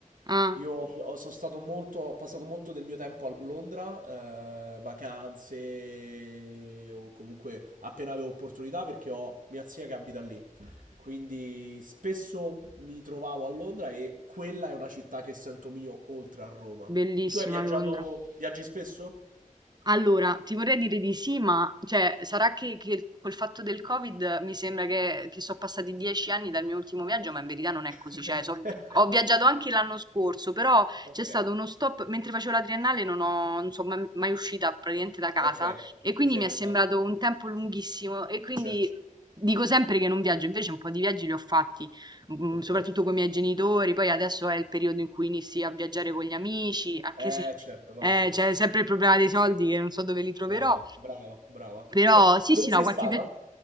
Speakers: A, on the right; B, on the right.
A: Ah,
B: Io ho- sono stato molto, ho passato molto del mio tempo a Londra, eh, vacanze o comunque appena avevo opportunità perché ho mia zia che abita lì. Quindi spesso mi trovavo a Londra e quella è una città che sento mio oltre a Roma.
A: bellissima
B: Tu hai viaggiato,
A: Londra.
B: viaggi spesso?
A: Allora, ti vorrei dire di sì, ma cioè, sarà che, che col fatto del Covid mi sembra che, che sono passati dieci anni dal mio ultimo viaggio, ma in verità non è
B: <laughs>
A: così. Cioè, so- ho viaggiato anche l'anno scorso, però
B: Ok,
A: c'è stato uno stop mentre facevo la triennale, non ho, non sono mai, mai uscita praticamente da casa
B: ok,
A: e quindi
B: ti sei
A: mi
B: fermata,
A: è sembrato un tempo lunghissimo e quindi
B: certo,
A: dico sempre che non viaggio, invece un po' di viaggi li ho fatti, mm,
B: ok,
A: soprattutto con i miei genitori, poi adesso è il periodo in cui inizi a viaggiare con gli amici, anche
B: eh
A: se
B: certo, logico,
A: eh, c'è sempre il problema dei soldi che non so dove li troverò,
B: brava, brava, brava.
A: però
B: <laughs>
A: sì,
B: Dove
A: sì, no,
B: sei
A: qualche
B: stata?
A: viaggio.